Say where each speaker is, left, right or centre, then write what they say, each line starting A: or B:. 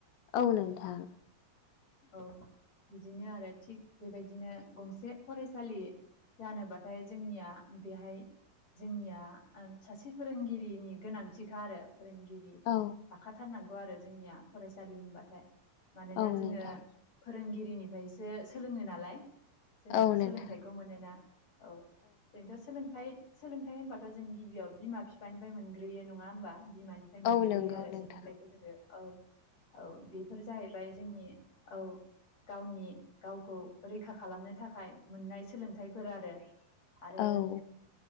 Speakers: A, on the left; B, on the left.
A: औ नोंथां।
B: औ बिदिनो आरो थिग बेबायदिनो गंसे फरायसालि जानोबाथाय जोंनिया बेहाय जोंनिया सासे फोरोंगिरि नि गोनांथिखा आरो फोरोंगिरि
A: औ
B: थाखाथारनांगौ आरो जोंनिया फरायसालि होनबाथाय मानोना
A: औ
B: जोङो
A: नोंथां
B: फोरोंगिरिनिफ्रायसो सोलोङो नालाय जों
A: औ नोंथां
B: सोलोंथाइखौ मोनोना औ जोंथ' सोलोंथाइ सोलोंथाइ होनबाथ' जों गिबियाव बिमा बिफानिफ्राय मोनग्रोयो नङा होमबा बिमानि मोनग्रोयो
A: औ नंगौ
B: आरो
A: नोंथां
B: सोलोंथायाइखौ जोङो औ औ बेफोर जाहैबाय जोंनि औ गावनि गावखौ रैखा खालामनो थाखाय मोननाय सोलोंथाइफोर आरो आरो
A: औ